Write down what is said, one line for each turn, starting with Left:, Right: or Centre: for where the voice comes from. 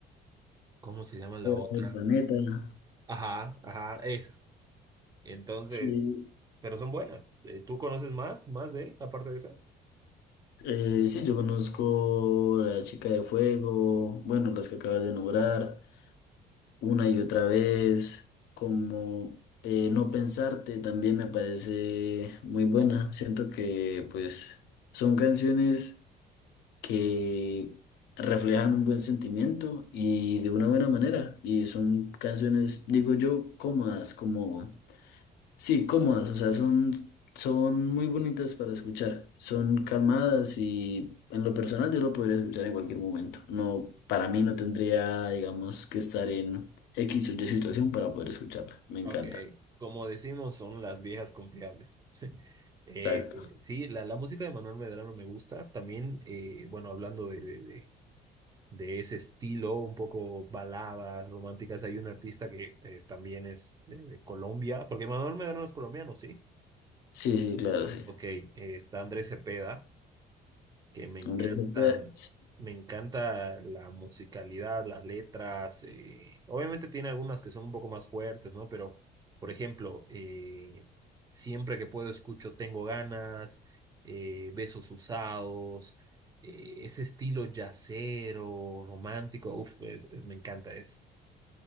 Right: ¿cómo se llama la
Left: Fuera
Right: otra?
Left: del planeta.
Right: Ajá, ajá, esa. Entonces,
Left: Sí,
Right: pero son buenas. Eh, ¿tú conoces más, más de él, aparte de esas?
Left: eh, sí, yo conozco La Chica de Fuego, bueno, las que acabas de nombrar, una y otra vez, como eh, No Pensarte también me parece muy buena, siento que pues son canciones que reflejan un buen sentimiento y de una buena manera. Y son canciones, digo yo, cómodas, como, sí, cómodas, o sea, son, son muy bonitas para escuchar, son calmadas y en lo personal yo lo podría escuchar en cualquier momento. No, para mí no tendría, digamos, que estar en X o Y situación para poder escucharla. Me encanta.
Right: Ok, como decimos, son las viejas confiables. <laughs> Eh,
Left: Exacto.
Right: eh, sí, la, la música de Manuel Medrano me gusta. También, eh, bueno, hablando de, de, de de ese estilo, un poco baladas románticas. Hay un artista que eh, también es de, de Colombia, porque Manuel Medrano es colombiano, ¿sí?
Left: Sí, sí, claro, sí.
Right: Ok, eh, está Andrés Cepeda, que me encanta,
Left: Andrés,
Right: me encanta la musicalidad, las letras. eh, obviamente tiene algunas que son un poco más fuertes, ¿no? Pero, por ejemplo, eh, siempre que puedo escucho Tengo ganas, eh, Besos usados, eh, ese estilo yacero, romántico, uf, es- es- me encanta, es...